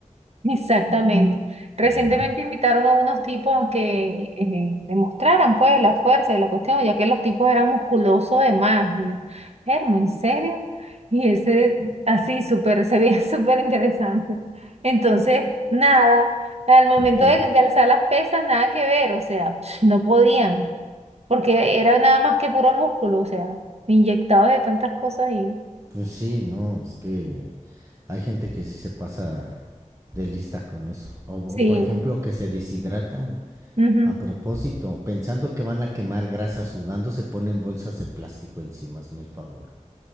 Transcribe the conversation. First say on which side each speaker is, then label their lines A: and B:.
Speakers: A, on the right; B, on the right.
A: Exactamente. Recientemente
B: ¿no?
A: invitaron a unos tipos a que eh, demostraran pues la fuerza de la cuestión, ya que los tipos eran musculosos de más. Digo, Hermo, ¿en serio? Y ese así súper, se veía <laughs> súper interesante. Entonces, nada, al momento
B: Ok.
A: de, de alzar las pesas, nada que ver, o sea, <sniffs> no podían. porque era nada más que puro músculo, o sea, inyectado de tantas cosas y
B: Pues sí, no, es que hay gente que sí se pasa de lista con eso. O, o,
A: sí.
B: por ejemplo, que se deshidratan
A: ujú.
B: a propósito, pensando que van a quemar grasa sudando, se ponen bolsas de plástico encima, hazme el favor.